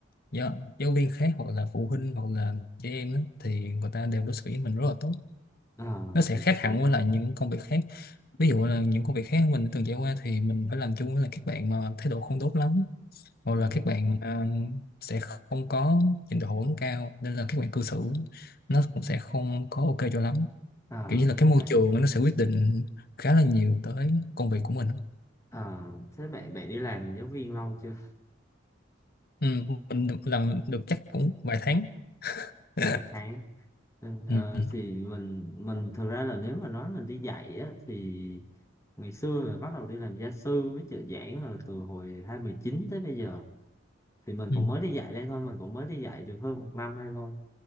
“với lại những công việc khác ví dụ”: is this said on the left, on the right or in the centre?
Left